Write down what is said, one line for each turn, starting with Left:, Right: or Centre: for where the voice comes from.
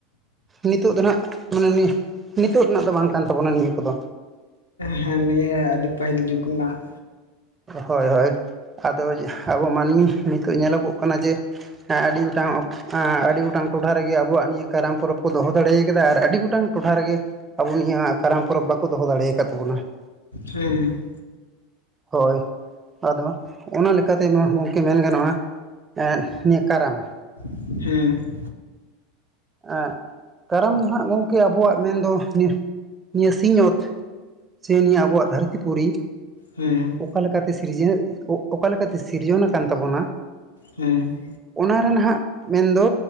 Right: ᱱᱤᱛᱚᱜ ᱫᱚ ᱱᱟᱦᱟᱜ ᱢᱟᱱᱮ ᱱᱤ ᱱᱤᱛᱳᱜ ᱨᱮᱱᱟᱜ ᱫᱚ ᱵᱟᱝ ᱠᱟᱱ ᱛᱟᱵᱚᱱᱟ ᱱᱤᱭᱟᱹ ᱠᱚᱫᱚ᱾
Left: ᱦᱮᱸ ᱱᱤᱭᱟᱹ ᱟᱹᱰᱤ ᱯᱟᱹᱦᱤᱞ ᱡᱩᱜᱽ ᱱᱟᱜ
Right: ᱦᱚᱭ ᱦᱚᱭ ᱟᱫᱚ ᱟᱵᱚ ᱢᱟᱹᱱᱢᱤ ᱱᱤᱛᱚᱜ ᱧᱮᱞᱚᱜᱚᱜ ᱠᱟᱱᱟ ᱡᱮ ᱦᱮᱸ ᱟᱹᱰᱤ ᱜᱚᱴᱟᱝ ᱚᱠ ᱮᱸ ᱟᱹᱰᱤ ᱜᱚᱴᱟᱝ ᱴᱚᱴᱷᱟ ᱨᱮᱜᱮ ᱟᱵᱚᱣᱟᱜ ᱱᱤᱭᱟᱹ ᱠᱟᱨᱟᱢ ᱯᱚᱨᱚᱵᱽ ᱠᱚ ᱫᱚᱦᱚ ᱫᱟᱲᱮᱭ ᱠᱟᱫᱟ ᱟᱨ ᱟᱹᱰᱤ ᱜᱚᱴᱟᱝ ᱴᱚᱴᱷᱟ ᱨᱮᱜᱮ ᱟᱵᱚ ᱱᱤᱭᱟ ᱠᱟᱨᱟᱢ ᱯᱚᱨᱚᱵᱽ ᱵᱟᱠᱚ ᱫᱚᱦᱚ ᱫᱟᱲᱮᱭ ᱠᱟᱫ ᱛᱟᱵᱚᱱᱟ ᱾
Left: ᱦᱮᱸ᱾
Right: ᱦᱳᱭ ᱟᱫᱚ ᱚᱱᱟ ᱞᱮᱠᱟᱛᱮ ᱱᱚᱣᱟ ᱦᱚᱸ ᱜᱚᱝᱠᱮ ᱢᱮᱱ ᱜᱟᱱᱚᱜ-ᱟ ᱮᱸᱫ ᱱᱤᱭᱟᱹ ᱠᱟᱨᱟᱢ ᱾
Left: ᱦᱮᱸ ᱾
Right: ᱮᱸ ᱠᱟᱨᱟᱢ ᱫᱚ ᱱᱟᱸᱜ ᱜᱚᱝᱠᱮ ᱟᱵᱚᱣᱟᱜ ᱢᱮᱱᱫᱚ <unintelligible> ᱱᱤᱭᱟᱹ ᱥᱤᱧ ᱚᱛ ᱥᱮ ᱱᱤᱭᱟᱹ ᱟᱵᱚᱣᱟᱜ ᱫᱷᱟᱹᱨᱛᱤ ᱯᱩᱨᱤ
Left: ᱦᱮᱸ
Right: ᱚᱠᱟ ᱞᱮᱠᱟᱛᱮ ᱥᱤᱨᱡᱟᱹᱣ ᱚᱠᱟ ᱞᱮᱠᱟᱛᱮ ᱥᱤᱨᱡᱚᱱ ᱟᱠᱟᱱ ᱛᱟᱵᱚᱱ-ᱟ
Left: ᱦᱮᱸ
Right: ᱚᱱᱟ ᱨᱮ ᱱᱟᱦᱟᱸᱜ ᱢᱮᱱᱫᱚ